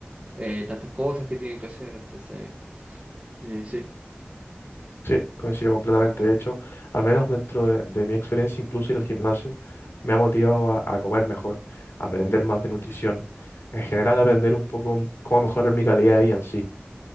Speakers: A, on the right; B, on the left.
A: eh, tantas cosas que tienen que hacer, entonces, eh, sí.
B: Sí, coincido completamente. De hecho, al menos dentro de, de mi experiencia, incluso ir al gimnasio me ha motivado a, a comer mejor, a aprender más de nutrición, en general aprender un poco m- cómo mejorar mi calidad de vida en sí.